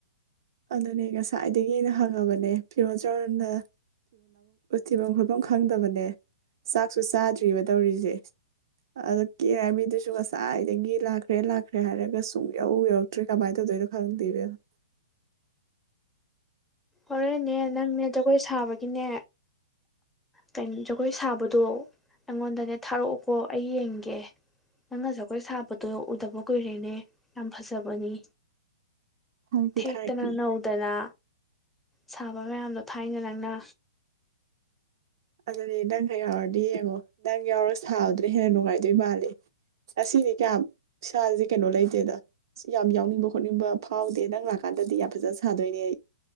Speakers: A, on the right; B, in the centre.
A: ꯑꯗꯨꯅꯦ ꯉꯁꯥꯏꯗꯒꯤꯅ ꯍꯪꯉꯕꯅꯦ ꯐꯤꯔꯣꯖꯔꯅꯦ ꯊꯤꯐꯝ ꯈꯣꯠꯐꯝ ꯈꯪꯗꯕꯅꯦ ꯆꯥꯛꯁꯨ ꯆꯥꯗ꯭ꯔꯤꯕ ꯇꯧꯔꯤꯁꯦ ꯑꯗꯣ ꯀꯦꯅꯕꯗꯨꯁꯨ ꯉꯁꯥꯏꯗꯒꯤ ꯂꯥꯛꯈ꯭ꯔꯦ ꯂꯥꯛꯈ꯭ꯔꯦ ꯍꯥꯏꯔꯒ ꯁꯨꯡ ꯌꯧ ꯌꯧꯔꯛꯇ꯭ꯔꯦ ꯀꯃꯥꯏꯅ ꯇꯧꯗꯣꯏꯅꯣ ꯈꯪꯗꯦ ꯏꯕꯦꯃꯃꯥ
B: ꯍꯣꯔꯦꯟꯅꯦ ꯅꯪꯅꯦ ꯖꯒꯣꯏ ꯁꯥꯕ ꯒꯤꯅꯦ ꯀꯩꯃ ꯖꯒꯣꯏ ꯁꯥꯕꯗꯣ ꯑꯩꯉꯣꯟꯗꯅꯦ ꯊꯥꯔꯛꯑꯣꯀꯣ ꯑꯩ ꯌꯦꯡꯒꯦ ꯅꯪꯅ ꯖꯒꯣꯏ ꯁꯥꯕꯗꯣ ꯎꯗꯕ ꯀꯨꯏꯔꯦꯅꯦ ꯌꯥꯝ ꯐꯖꯕꯅꯤ
A: ꯊꯥꯔꯛꯀꯦ
B: ꯊꯦꯛꯇꯅ
A: ꯊꯥꯔꯛꯀꯦ
B: ꯅꯧꯗꯅ ꯁꯥꯕ ꯃꯌꯥꯝꯗꯣ ꯊꯥꯏꯅ ꯅꯪꯅ
A: ꯑꯗꯨꯗꯤ ꯅꯪꯒ ꯌꯥꯎꯔꯗꯤ ꯌꯦꯡꯉꯣ ꯅꯪ ꯌꯥꯎꯔꯒ ꯁꯥꯕꯗꯅ ꯍꯦꯟꯅ ꯅꯨꯡꯉꯥꯏꯗꯣꯏ ꯃꯥꯂꯦ ꯑꯁꯤꯗꯤ ꯀꯌꯥꯝ ꯁꯥꯁꯤ ꯀꯩꯅꯣ ꯂꯩꯇꯦꯗ ꯑꯁ ꯌꯥꯝ ꯌꯥꯎꯅꯤꯡꯕ ꯈꯣꯠꯅꯤꯡꯕ ꯐꯥꯎꯗꯦ ꯅꯪ ꯂꯥꯛꯀꯥꯟꯗꯗꯤ ꯌꯥꯝ ꯐꯖꯅ ꯁꯥꯗꯣꯏꯅꯦ ꯑꯩ